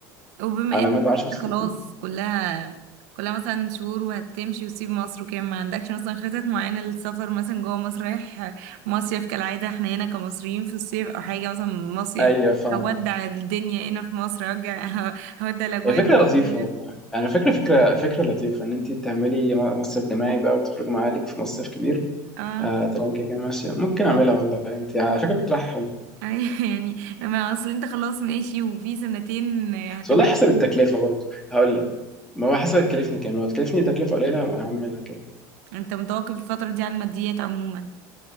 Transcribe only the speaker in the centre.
على
مدى 10
سنين
ايوه فاهمك
هي فكره
لطيفه والله انا فكره فكره فكره لطيفه ان انت تعملي م- مصيف جماعي بقى وتخرجي مع عيالك في مصيف كبير
آه طالما كده كده ماشيه ممكن اعملها والله انت على فكره كنت رايح حلو
بس والله حسب
التكلفه برضه هقول لك ما هو حسب هتكلفني كام لو هتكلفني تكلفه قليله هعملها كده كده.